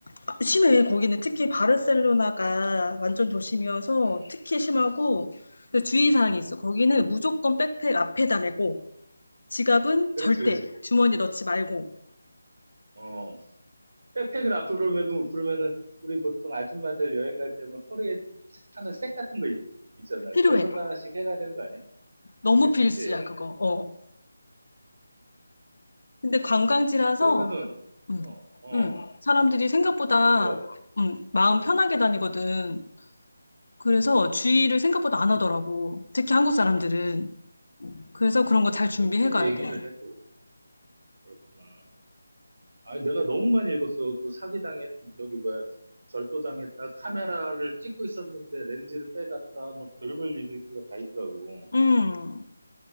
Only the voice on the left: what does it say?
아, 심해. 거기는 특히 바르셀로나가 완전 도심이어서
특히 심하고, 그 주의사항이
있어. 거기는 무조건 백팩 앞에다 메고, 지갑은
절대
주머니 넣지 말고
필요해.
너무
필수야, 그거. 어. 근데 관광지라서
음,
음, 사람들이 생각보다
음, 마음 편하게
다니거든. 그래서 주의를 생각보다 안 하더라고. 특히 한국 사람들은. 그래서 그런 거 잘 준비해
가야
돼.
음,